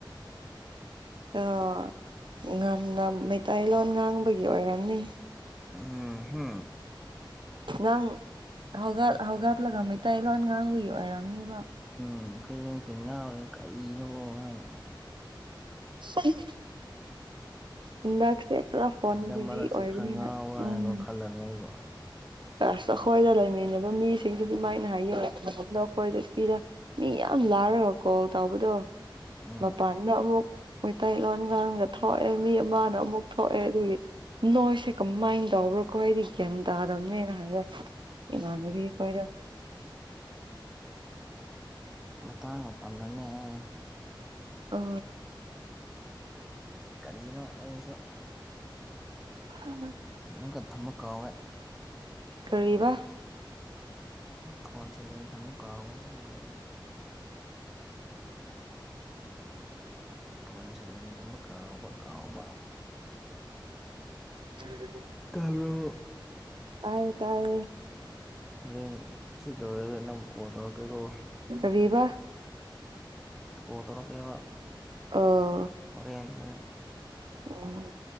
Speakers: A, on the right; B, in the centre.
A: <unintelligible> ꯉꯝꯅ ꯃꯩꯇꯩꯂꯣꯟ ꯉꯥꯡꯕꯒꯤ ꯑꯣꯏꯔꯝꯅꯤ꯫
B: ꯑꯍ ꯍ
A: ꯅꯪ ꯍꯧꯒꯠ ꯍꯧꯒꯠꯂꯒ ꯃꯩꯇꯩꯂꯣꯟ ꯉꯥꯡꯕꯒꯤ ꯑꯣꯏꯔꯝꯅꯤꯕ
B: ꯎꯝ ꯑꯈꯣꯏ ꯏꯃꯨꯡꯁꯤ ꯉꯥꯎꯔꯦ ꯀꯔꯤꯅꯣꯕ ꯃꯅ
A: <unintelligible>
B: <inaudible>
A: ꯍꯟꯗꯛꯁꯦ ꯈꯔ ꯐꯣꯟ
B: ꯍꯟꯗꯛ
A: ꯕꯤꯖꯤ
B: ꯃꯔꯛꯁꯦ
A: ꯑꯣꯏꯕꯅꯤꯅ
B: ꯈꯔ ꯉꯥꯎꯕ꯭ꯔꯥ
A: ꯎꯝ
B: ꯍꯥꯏꯅꯒ ꯈꯜꯂꯕꯅꯦ ꯑꯩꯕꯨ
A: ꯑꯁ ꯑꯈꯣꯏꯗ ꯂꯩꯃꯤꯟꯅꯕ ꯃꯤꯁꯤꯡꯖꯨ ꯑꯗꯨꯃꯥꯏꯅ ꯍꯥꯏꯌꯦ ꯂꯣꯛꯈꯣꯏꯗꯤꯄꯤꯗ ꯃꯤ ꯌꯥꯝ ꯂꯥꯔꯒ ꯀꯣꯜ ꯇꯧꯕꯗꯨ
B: ꯎꯝ
A: ꯃꯄꯥꯟ ꯅꯛ ꯑꯃꯨꯛ ꯃꯩꯇꯩꯂꯣꯟ ꯉꯥꯡꯒ ꯊꯣꯛꯑꯦ ꯃꯤ ꯑꯃꯅ ꯑꯃꯨꯛ ꯊꯣꯛꯑꯦ ꯑꯗꯨꯒꯤ ꯅꯣꯏꯁꯦ ꯀꯃꯥꯏꯟ ꯇꯧꯕ꯭ꯔꯣ ꯈꯣꯏꯗꯤ ꯒ꯭ꯌꯥꯟ ꯇꯥꯗꯕꯅꯦꯅ ꯍꯥꯏꯌꯦ ꯏꯃꯥꯟꯅꯕꯤ ꯈꯣꯏꯗꯣ
B: ꯃꯇꯥꯡ ꯃꯇꯝꯅꯅꯦ ꯍꯥꯏꯌꯣ
A: ꯑ
B: ꯀꯔꯤꯅꯣ ꯑꯩꯁꯨ
A: ꯍꯥ ꯑ
B: ꯃꯨꯛꯀ ꯊꯝꯃ ꯀꯥꯎꯋꯦ
A: ꯀꯔꯤꯕ
B: ꯐꯣꯟ ꯁꯥꯏꯂꯦꯟ ꯊꯝꯃ ꯀꯥꯎꯑꯣ ꯑꯗꯨꯒꯤ ꯐꯣꯟ ꯁꯥꯏꯂꯦꯟ ꯊꯝꯕ ꯀꯥꯎꯕ ꯀꯥꯎꯕ
A: <inaudible>
B: ꯇꯕ꯭ꯔꯣ
A: ꯇꯥꯏꯌꯦ ꯇꯥꯏꯌꯦ
B: ꯍꯣꯔꯦꯟ ꯁꯤ ꯂꯣꯏꯔꯒ ꯅꯝ ꯀꯣꯟ ꯇꯧꯔꯛꯀꯦꯔꯣ꯫
A: ꯀꯔꯤꯕ
B: ꯀꯣꯜ ꯇꯧꯔꯛ ꯀꯦꯕ
A: ꯑꯣ
B: ꯍꯣꯔꯦꯟ ꯍꯣꯔꯦꯟ꯫
A: ꯎꯝ